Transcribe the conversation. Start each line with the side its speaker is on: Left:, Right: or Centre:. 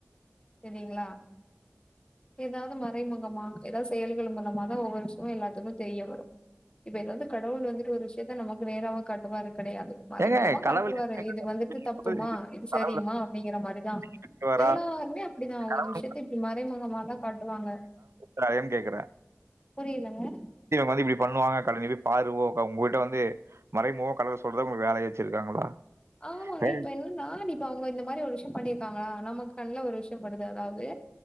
Left: செரிங்ளா ஏதாவது மறைமுகமா ஏதாவது செயல்கள் மூலமா தா ஒவ்வொரு விஷயமும் எல்லாத்துக்கும் தெரிய வரும் இப்ப ஏதாவது கடவுள் வந்துட்டு ஒரு விஷயத்தா நமக்கு நேராவா காட்டு வாரு கிடையாது மறைமுகமா
Right: ஏங்க கடவுள்
Left: காட்டுவாரு
Right: என்னங்க
Left: இது வந்துட்டு தப்புமா
Right: சொல்றதுக்கு
Left: இது சரிமா
Right: கடவுள்
Left: அப்டிங்கிற மாறிதான்
Right: கட்டுவாரா
Left: எல்லாருமே
Right: கட்டுவாரா?
Left: அப்டிதா ஒரு
Right: கடவுள்
Left: விஷயத்த இப்டி மறைமுகமா தா காட்டுவாங்க
Right: கிரைம் கேக்குறேன்
Left: புரிலங்க
Right: இவுங்க வந்து இப்டி பண்ணுவாங்க கடவுளு நீ போய் பாரு போ உ உங்ககிட்ட வந்து மறைமுக கலர சொல்ற உங்களுக்கு வேலைய வச்சிருக்காங்களா
Left: ஆமாங்க
Right: ஏய்,
Left: இப்ப என்னன்னா நீ இப்ப இவுங்க இந்த மாறி ஒரு விஷயம் பண்ணியிருக்காங்களா நமக்கு கண்ணுல ஒரு விஷயம் படுது எதாவ்து